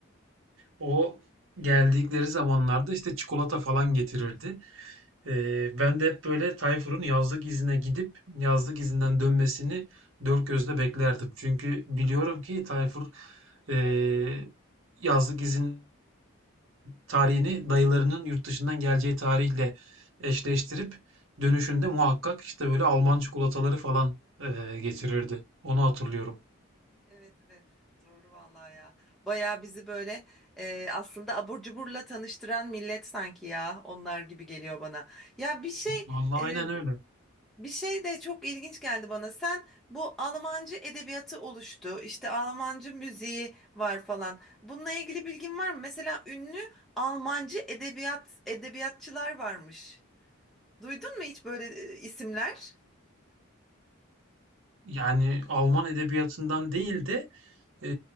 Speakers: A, on the right (about 75°); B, in the centre.
A: O geldikleri zamanlarda işte çikolata falan getirirdi. Ee, ben de hep böyle Tayfur'un yazlık izine gidip yazlık izinden dönmesini dört gözle beklerdim. Çünkü biliyorum ki Tayfur ee, yazlık izin tarihini dayılarının yurt dışından geleceği tarihle eşleştirip dönüşünde muhakkak işte böyle Alman çikolataları falan ee, getirirdi. Onu hatırlıyorum.
B: Evet evet doğru vallahi ya. Bayağı bizi böyle e, aslında abur cuburla tanıştıran millet sanki ya onlar gibi geliyor bana. Ya bir şey
A: Vallahi
B: e,
A: aynen öyle.
B: Bir şey de çok ilginç geldi bana. Sen bu Almancı edebiyatı oluştu, işte Almancı müziği var falan. Bununla ilgili bilgin var mı? Mesela ünlü Almancı edebiyat edebiyatçılar varmış. Duydun mu hiç böyle e, isimler?
A: Yani Alman edebiyatından değil de e,